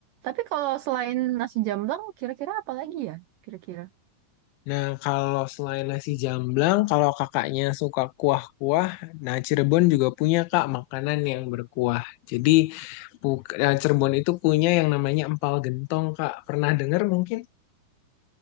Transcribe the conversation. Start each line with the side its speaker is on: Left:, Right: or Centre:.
Right: Tapi kalau selain nasi jamblang, kira-kira apa lagi ya? Kira-kira.
Left: Nah, kalau selain nasi jamblang, kalau kakaknya suka kuah-kuah, nah Cirebon juga punya, Kak, makanan yang berkuah. Jadi, bu- nah, Cirebon itu punya yang namanya empal gentong, Kak. Pernah dengar mungkin?